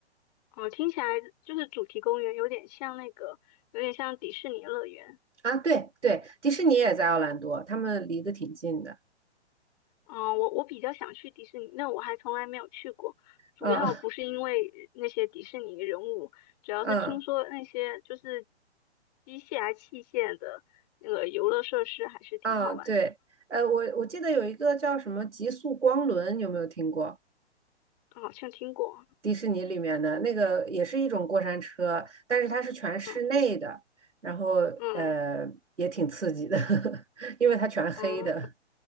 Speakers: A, on the left (about 35°); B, on the right (about 90°).
A: 哦，听起来就是主题公园有点像那个，有点像迪士尼乐园。
B: 啊。对对，迪士尼也在奥兰多，他们离得挺近的
A: 嗯，我我比较想去迪士尼，那我还从来没有去过，主要不是因为那些迪士尼人物，
B: 啊，
A: 主要是听说那些就是
B: 啊
A: 机械啊器械的那个游乐设施还是挺好玩的，
B: 啊，对，呃，我我记得有一个叫什么极速光轮，有没有听过？
A: 嗯好像听过，
B: 迪士尼里面的那个也是一种过山车，但是它是全室内的，
A: 嗯
B: 然后呃也挺刺激的，
A: 嗯
B: <laughs> 因为它全黑的。
A: 嗯